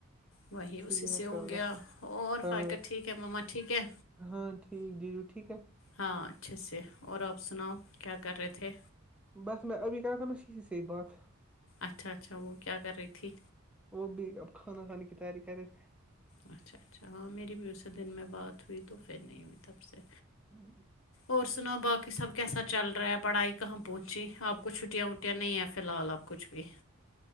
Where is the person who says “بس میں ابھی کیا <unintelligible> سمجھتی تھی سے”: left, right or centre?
Centre